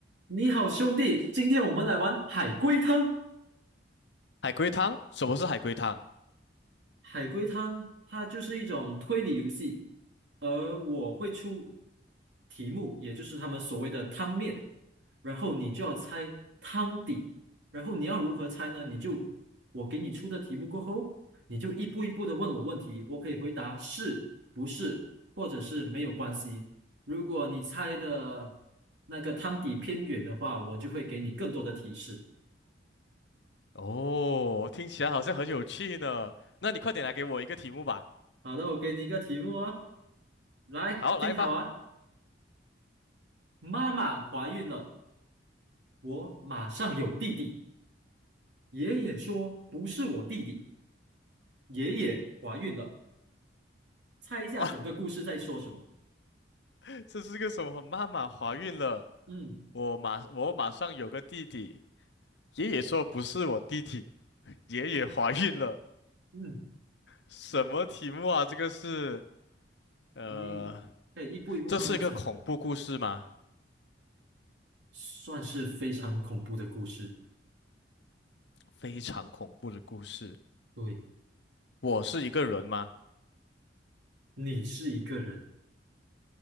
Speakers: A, on the right (about 75°); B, on the left (about 70°).
A: 你好，兄弟，今天我们来玩海龟汤。
B: 海龟汤？什么是海龟汤？
A: 海龟汤它就是一种推理游戏，而我会出题目，也就是他们所谓的汤面，然后你就要猜汤底，然后你要如何猜呢？你就我给你出的题目过后，你就一步一步的问我问题，我可以回答是不是，或者是没有关系。如果你猜的那个汤底偏远的话，我就会给你更多的提示。
B: 哦，听起来好像很有趣呢。那你快点来给我一个题目吧。
A: 好的，我给你一个题目哦，来，
B: 好，
A: 听好啊。
B: 来吧。
A: 妈妈怀孕了，我马上有弟弟。爷爷说不是我弟弟，爷爷怀孕了。猜一下整个故事在说什么？
B: 哇，<laughs> 这是个什么？妈妈怀孕了，
A: 嗯
B: 我马我马上有个弟弟。爷爷说不是我弟弟，爷爷怀孕了。
A: 嗯，
B: 什么题目啊？这个是呃，
A: 你可以一步一步慢慢猜，
B: 这是一个恐怖故事吗？
A: 算是非常恐怖的故事。
B: 非常恐怖的故事。
A: 对，
B: 我是一个人吗？
A: 你是一个人，